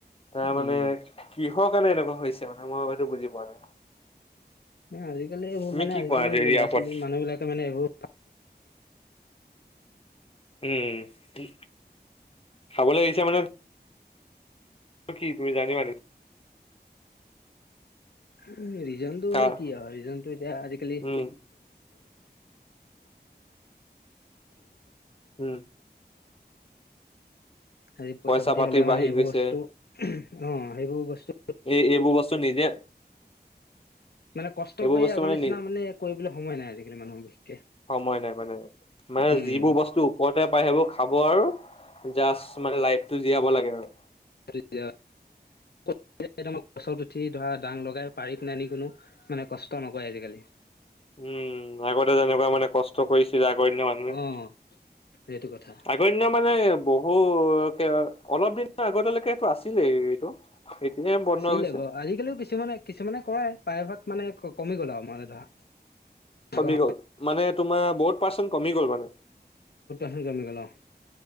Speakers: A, on the left (about 35°); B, on the left (about 70°).
A: তাৰ মানে
B: উম
A: কিহৰ কাৰণে এনেকুৱা হৈছে মানে, মই এইটো বুজি পোৱা নাই।
B: আজিকালি এইবোৰ
A: তুমি
B: মানে
A: কি
B: আজিকালি
A: কোৱা
B: ল'ৰা-ছোৱালী
A: ইয়াৰ ওপৰত
B: মানুহ বিলাকে মানে এইবোৰ
A: উম, খাবলে এৰিছে মানে টো কি তুমি জানিবা নেকি?
B: উম, ৰিজনটো
A: কাৰ
B: কি আৰু ৰিজনটো এতিয়া আজিকালি <inaudible>
A: উম উম'।
B: হেৰি পইচা-পাতি
A: পইচা পাতি
B: হ'লে
A: বাঢ়ি
B: মানে এইবোৰ
A: গৈছে
B: বস্তু <unintelligible> অ' সেইবোৰ বস্তু।
A: এই-এইবোৰ বস্তু নিজে
B: মানে কষ্ট
A: এইবোৰ
B: কৰি
A: বস্তু
B: আগৰ নিচিনা
A: নি
B: মানে কৰিবলৈ সময় নাই আজিকালি মানুহৰ <unintelligible>
A: সময় নাই মানে, মানে
B: উম।
A: যিবোৰ বস্তু ওপৰতে পাই সেইবোৰ খাব আৰু জাষ্ট মানে লাইফটো জীয়াব লাগে আৰু।
B: <inaudible> গছত উঠি ধৰা দাং লগাই পাৰি পেনে আনি কোনো মানে কষ্ট নকৰে আজিকালি।
A: উম, আগতে যেনেকুৱা মানে কষ্ট কৰিছিলে আগৰ দিনা মানুহে
B: অ' সেইটো কথা
A: তাক গণ্য মানে বহু কে অলপ দিনৰ আগতেলৈকে এইটো আছিলেই এইটো। এতিয়া বন্ধ
B: আছিলে
A: হৈ গৈছে
B: বাৰু, আজিকালিও কিছুমানে কিছুমানে কৰাই, প্ৰায়ভাগ মানে কমি গ'ল আৰু আমাৰ ধৰা। আগৰ
A: কমি গ'ল। মানে তোমাৰ বহুত পাৰ্চেণ্ট কমি গ'ল মানে।
B: <unintelligible> কমি গ'ল অ'।